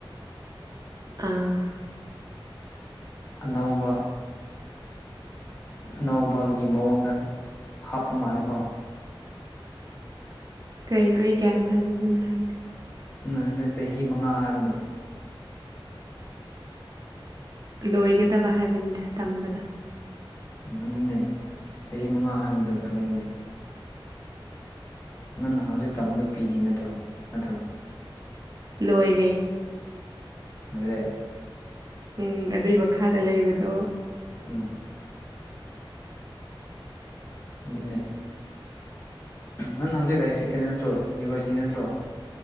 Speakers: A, on the right (about 45°); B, on the left (about 25°).
A: ꯑꯥ
B: ꯑꯅꯧꯕ ꯑꯅꯧꯕꯒꯤ ꯃꯑꯣꯡꯗ ꯍꯥꯞꯄ ꯃꯥꯜꯂꯦꯀꯣ
A: ꯀꯩꯅꯣ ꯑꯩ ꯒ꯭ꯌꯥꯟ ꯇꯥꯗꯦ ꯅꯪꯅ ꯍꯥꯏꯗꯣ
B: ꯅꯪꯅ ꯍꯧꯖꯤꯛ ꯆꯍꯤ ꯃꯉꯥ ꯍꯥꯏꯕꯗꯣ
A: ꯂꯣꯏꯒꯗꯕ ꯍꯥꯏꯕꯅꯤꯗ ꯇꯝꯕꯗꯣ
B: ꯑꯣ ꯑꯗꯨꯅꯦ ꯆꯍꯤ ꯃꯉꯥ ꯍꯥꯏꯕꯗꯣ ꯀꯩ ꯍꯥꯏꯅꯤ ꯅꯪꯅ ꯍꯧꯖꯤꯛ ꯇꯝꯕꯗꯣ ꯄꯤ ꯖꯤ ꯅꯠꯇ꯭ꯔꯣ ꯅꯠꯇ꯭ꯔꯣ
A: ꯂꯣꯏꯔꯦ
B: ꯂꯣꯏꯔꯦ
A: ꯎꯝ ꯑꯗꯨꯏ ꯃꯈꯥꯗ ꯂꯩꯕꯗꯣ
B: ꯎꯝ ꯑꯗꯨꯅꯦ ꯅꯪ ꯍꯧꯖꯤꯛ ꯂꯩꯁꯦ ꯁꯦꯀꯦꯟ ꯅꯠꯇ꯭ꯔꯣ ꯌꯨꯅꯤꯚꯔꯁꯤꯇꯤ ꯅꯠꯇ꯭ꯔꯣ